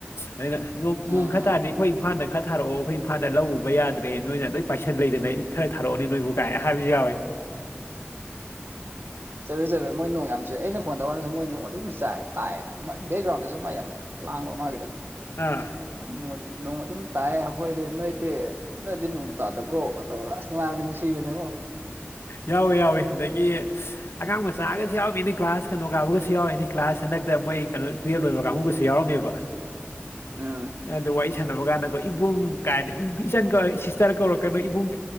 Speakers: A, on the left; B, on the right.
A: ꯑꯗꯨꯅꯣꯡ ꯅꯣꯡ
B: ꯎꯝ
A: ꯈ
B: ꯎꯝ
A: ꯇꯥꯔꯗꯤ ꯑꯩꯈꯣꯏ ꯏꯝꯐꯥꯜꯗ ꯈꯔ ꯊꯥꯔꯛꯑꯣ ꯑꯩꯈꯣꯏ ꯏꯝꯐꯥꯜꯗ ꯂꯧ ꯎꯕ ꯌꯥꯗ꯭ꯔꯦ ꯅꯣꯏꯅ ꯂꯣꯏ ꯄꯥꯏꯁꯟ ꯂꯩꯗꯅ ꯑꯩ ꯈꯔ ꯊꯥꯔꯛꯑꯣꯅꯤ ꯅꯣꯏꯕꯨ ꯀꯥꯏ ꯍꯥꯏꯕꯁꯨ ꯌꯥꯎꯏꯦ
B: ꯆꯠꯂꯦ ꯆꯠꯦ ꯃꯣꯏ ꯅꯣꯡ ꯌꯥꯝ ꯑꯩꯅ ꯐꯣꯟ ꯇꯧꯀꯥꯟꯗꯁꯨ ꯃꯣꯏ ꯅꯣꯡ ꯑꯗꯨꯝ ꯆ ꯇꯥꯏꯑꯌꯦꯅ ꯕꯦꯛꯒ꯭ꯔꯥꯎꯟꯗꯁꯨ ꯃꯥ ꯌꯥꯝ ꯂꯥꯡꯕ ꯃꯥꯒꯤꯗꯣ
A: ꯑꯥ
B: ꯑ ꯃ ꯑꯗꯨ ꯅꯣꯡ ꯑꯗꯨꯝ ꯇꯥꯏꯑ ꯑꯩꯈꯣꯏꯗꯤ ꯅꯣꯏꯗꯤ ꯅꯣꯏꯗꯤ ꯅꯣꯡ ꯇꯥꯗꯕ꯭ꯔꯣ ꯇꯧꯔꯒ ꯑꯁ ꯅꯨꯡꯉꯥꯏꯕ ꯅꯨꯡꯁꯤꯕꯅꯦ ꯑꯃꯛ
A: ꯌꯥꯎꯋꯦ ꯌꯥꯎꯋꯦ ꯑꯗꯒꯤ ꯑꯉꯥꯡ ꯃꯆꯥꯒꯁꯨ ꯌꯥꯎꯃꯤꯅꯦ ꯀ꯭ꯂꯥꯁ ꯀꯩꯅꯣ ꯀꯥꯕꯒꯁꯨ ꯌꯥꯎꯔꯛꯏꯅꯤ ꯀ꯭ꯂꯥꯁ ꯍꯟꯗꯛꯇ ꯃꯣꯏ ꯀꯩꯅꯣ ꯇꯨꯌꯦꯜꯕ ꯂꯣꯏꯕ ꯀꯥꯡꯕꯨꯒꯁꯨ ꯌꯥꯎꯔꯝꯃꯦꯕ
B: ꯎꯝ
A: ꯑ ꯑꯗꯨ ꯋꯥꯔꯤ ꯁꯥꯟꯅꯕ ꯀꯥꯟꯅ ꯣ ꯏꯕꯨꯡ ꯀꯥꯏ ꯏꯆ ꯁꯤꯁꯇꯔ ꯀꯧꯔꯛꯀꯅꯣ ꯏꯕꯨꯡ